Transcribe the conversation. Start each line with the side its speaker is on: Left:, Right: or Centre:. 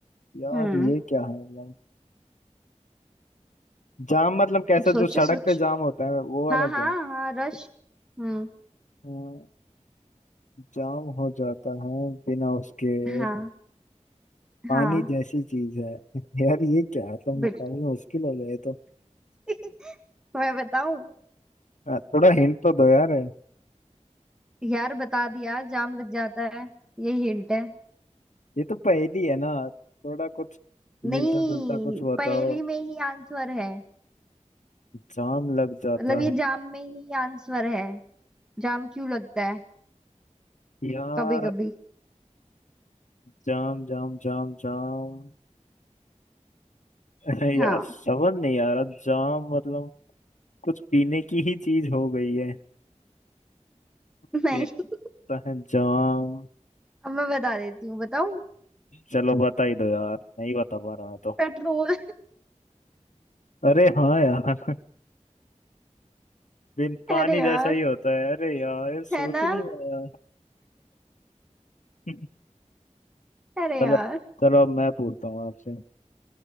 Left: यार
Centre: हम्म
Left: ये क्या है लाइक जाम मतलब कैसा
Centre: सोचो
Left: जो सड़क
Centre: सोच
Left: पे जाम होता है वो वाला
Centre: हाँ
Left: जाम
Centre: हाँ हाँ रश हम्म
Left: हाँ, जाम हो जाता है बिना उसके
Centre: हाँ
Left: और पानी
Centre: हाँ
Left: जैसी चीज है <laughs> यार ये क्या है मतलब मुकाबला
Centre: बिल्कुल
Left: मुश्किल हो गया ये तो
Centre: <laughs> मैं बताऊं
Left: अ, थोड़ा हिंट तो दो यार
Centre: यार बता दिया जाम लग जाता है यही हिंट है
Left: ये तो पहेली है ना थोड़ा कुछ
Centre: नहीं
Left: मिलता जुलता कुछ बताओ
Centre: पहेली में ही आंसर है
Left: जाम लग जाता
Centre: मतलब ये
Left: है
Centre: जाम में ही आंसर है जाम क्यों लगता है
Left: यार
Centre: कभी कभी
Left: जाम जाम जाम जाम <laughs> यार
Centre: हाँ
Left: समझ नहीं आ रहा जाम मतलब कुछ पीने की ही चीज हो गई है के
Centre: <laughs> नहीं
Left: पता है जाम
Centre: अब मैं बता देती हूँ बताऊं
Left: चलो बता ही दो यार नहीं बता पा रहा मैं तो
Centre: पेट्रोल
Left: अरे हाँ यार <laughs> बिन पानी
Centre: अरे यार
Left: जैसा ही होता है अरे यार ये सोच
Centre: है ना
Left: ही नहीं पाया <laughs>
Centre: अरे
Left: चलो
Centre: यार
Left: चलो अब मैं पूछता हूँ आपसे